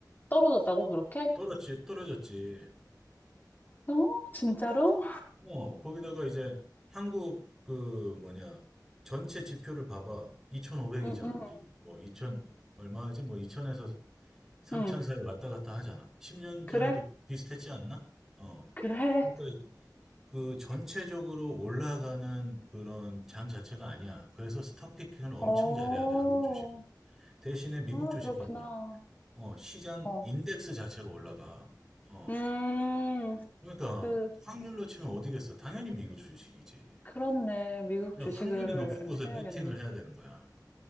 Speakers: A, on the left; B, in the centre.
A: 떨어졌다고, 그렇게?
B: 떨어지, 떨어졌지.
A: 어, 진짜로?
B: 어, 거기다가 이제 한국 그 뭐냐 전체 지표를 봐봐. 2,500이잖아,
A: 응, 응,
B: 지금. 뭐 2,000 얼마지? 뭐 2,000에서 3,000
A: 응.
B: 사이 왔다 갔다 하잖아. 10년 전에도
A: 그래?
B: 비슷했지 않나? 어.
A: 그래.
B: 그러니까 그 전체적으로 올라가는 그런 장 자체가 아니야. 그래서 스톡 피킹을 엄청
A: 어,
B: 잘해야 돼, 한국 주식은. 대신에 미국
A: 아,
B: 주식
A: 그렇구나.
B: 봐봐. 어, 시장
A: 어.
B: 인덱스 자체가 올라가. 어.
A: 음,
B: 그러니까
A: 그,
B: 확률로 치면 어디겠어? 당연히 미국 주식이지.
A: 그렇네. 미국
B: 그러니까
A: 주식을
B: 확률이 높은 곳에
A: 해야겠네.
B: 배팅을 해야 되는 거야.